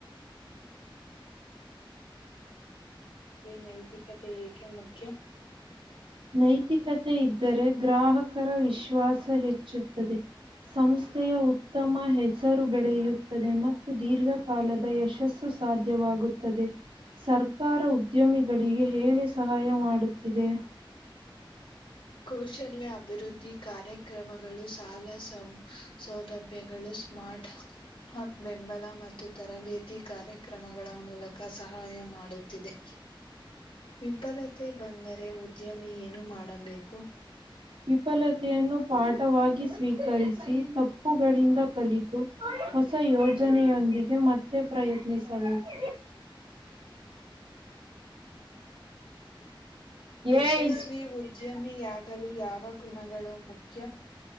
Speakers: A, on the left; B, on the right.
A: ನೈತಿಕತೆ ಏಕೆ ಮುಖ್ಯ?
B: ನೈತಿಕತೆ ಇದ್ದರೆ ಗ್ರಾಹಕರ ವಿಶ್ವಾಸ ಹೆಚ್ಚುತ್ತದೆ. ಸಂಸ್ಥೆಯ ಉತ್ತಮ ಹೆಸ ಸರು ಬೆಳೆಯುತ್ತದೆ ಮತ್ತು ದೀರ್ಘಕಾಲದ ಯಶಸ್ಸು ಸಾಧ್ಯವಾಗುತ್ತದೆ. ಸರ್ಕಾರ ಉದ್ಯಮಿಗಳಿಗೆ ಹೇಗೆ ಸಹಾಯ ಮಾಡುತ್ತಿದೆ?
A: ಕೌಶಲ್ಯ ಅಭಿವೃದ್ಧಿ ಕಾರ್ಯಕ್ರಮಗಳು ಸಾಲ ಸ ಸೌಲಬ್ ಭ್ಯಗಳು ಸ್ಮಾರ್ಟ್ ಹ ಬೆಂಬಲ ಮತ್ತು ತರಬೇತಿ ಕಾರ್ಯಕ್ರಮಗಳ ಮೂಲಕ ಸಹಾಯ ಮಾಡುತ್ತಿದೆ‌. ವಿಫಲತೆ ಬಂದರೆ ಉದ್ಯಮಿ ಏನು ಮಾಡಬೇಕು?
B: ವಿಫಲತೆಯನ್ನು ಪಾಠವಾಗಿ ಸ್ವೀಕರಿಸಿ ತಪ್ಪುಗಳಿಂದ ಕಲಿತು ಹೊಸ ಯೋಜನೆಯೊಂದಿಗೆ ಮತ್ತೆ ಪ್ರಯತ್ನಿಸಬೇಕು.
A: ಯಶಸ್ವಿ
B: ಏಯ್
A: ಉದ್ ಉದ್ಯಮಿಯಾಗಲು ಯಾವ ಗುಣಗಳು ಮುಖ್ಯ?